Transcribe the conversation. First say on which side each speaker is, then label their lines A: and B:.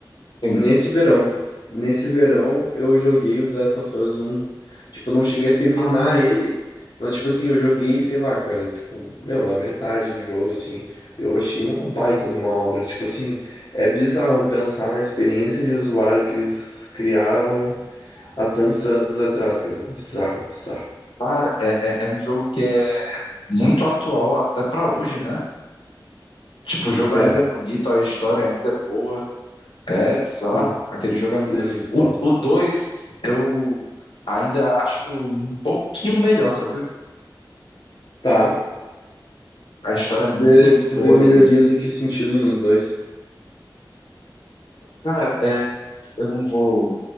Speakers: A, on the left; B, on the left.
A: Sim.
B: Nesse verão. Nesse verão eu joguei o The Last of Us um, Tipo, eu não cheguei a terminar
A: Ah,
B: ele, mas tipo assim, eu joguei, sei lá, cara, tipo, meu, a metade do jogo assim. Eu achei uma baita de uma obra. Tipo assim, é bizarro pensar na experiência de usuário que eles criavam há tantos anos atrás, cara. Bizarro, bizarro.
A: cara, é, é, é um jogo que é muito atual até pra hoje, né? Tipo, o jogo
B: É,
A: ainda é bonito, a história ainda é boa. É bizarro.
B: não,
A: Aquele jogo é.
B: ele é muito top.
A: O 2 eu ainda acho um pouquinho melhor, sabe?
B: Tá.
A: A história é
B: Tu
A: muito
B: vê, tu
A: boa
B: vê melhorias
A: mesmo.
B: em que sentido no 2?
A: Cara, é, eu não vou